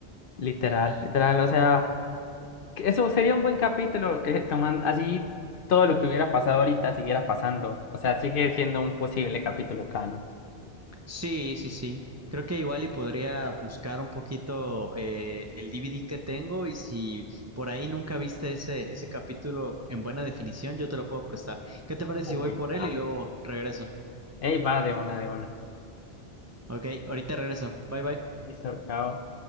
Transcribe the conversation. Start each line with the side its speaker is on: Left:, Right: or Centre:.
Left: Literal, literal, o sea, que eso sería un buen capítulo, eh, tomando así todo lo que hubiera pasado ahorita siguiera pasando. O sea, sigue siendo un posible capítulo canon.
Right: Sí, sí, sí. Creo que igual y podría buscar un poquito eh, el DVD que tengo y si por ahí nunca viste ese, ese capítulo en buena definición, yo te lo puedo prestar. ¿Qué te parece si
Left: Uy,
Right: voy por
Left: va.
Right: él y luego regreso?
Left: Ey, va de una, de una.
Right: Ok, ahorita regreso. Bye bye.
Left: Listo, chao.